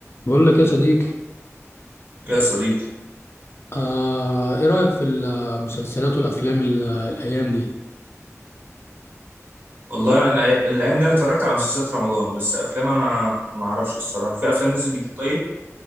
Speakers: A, on the left; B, on the right.
A: بقول لك يا صديقي
B: يا صديقي
A: آه ايه رأيك في المسلسلات والافلام ال- الايام دي
B: والله انا الأي- الايام دي انا اتفرجت على مسلسلات رمضان بس افلام انا ما اعرفش الصراحه في افلام نزل جديد طيب